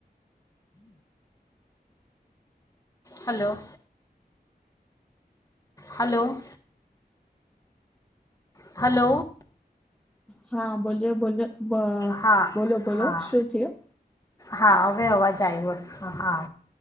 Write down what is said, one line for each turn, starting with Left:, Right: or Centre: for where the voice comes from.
Left: હલો. હલો. હલો.
Centre: હા બોલ્યો બોલો બ
Left: હા
Centre: બોલો બોલો
Left: હા
Centre: શું થિયું.
Left: હા હવે અવાજ આવ્યો હતો હા